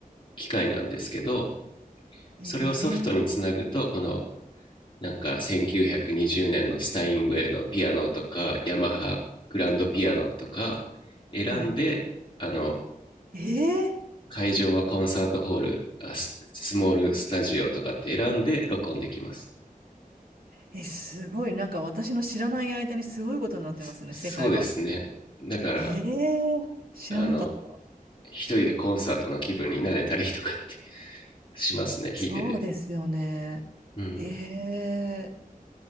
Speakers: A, on the left; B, on the right.
A: 機械なんですけど
B: ええ
A: それをソフトにつなぐとこのなんか1920年のスタインウェイのピアノとかヤマハグランドピアノとか選んであの
B: はい。え
A: 会場はコンサートホールあススモールスタジオとかって選んで録音できます
B: ええ、すごい。なんか私の知らない間にすごいことになってますね、
A: そそうですねだから
B: 世界は。ええ知らなかった。
A: あの一人でコンサートの気分になれたりとかってしますね弾いてて
B: そうですよね。
A: うん
B: ええ